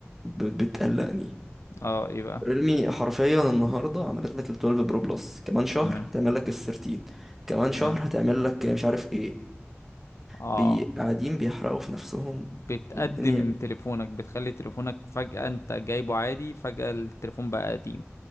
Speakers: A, in the centre; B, on the left.
A: ب- بتقلقني
B: اه ايه بقى
A: ريلمي حرفيا النهارده عملت لك ال 12 برو بلس كمان شهر
B: تمام
A: هتعمل لك ال 13 كمان
B: تمام
A: شهر هتعمل لك مش عارف ايه
B: اه
A: بي- قاعدين بيحرقوا في نفسهم
B: بتقدم
A: والدنيا
B: تليفونك بتخلي تليفونك فجأة انت جايبه عادي فجأة التليفون بقى قديم